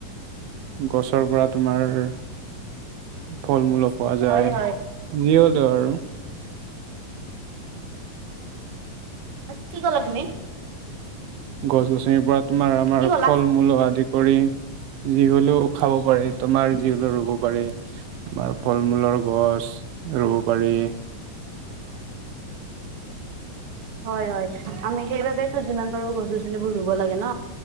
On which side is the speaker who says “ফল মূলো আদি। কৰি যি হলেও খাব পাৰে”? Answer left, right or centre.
Right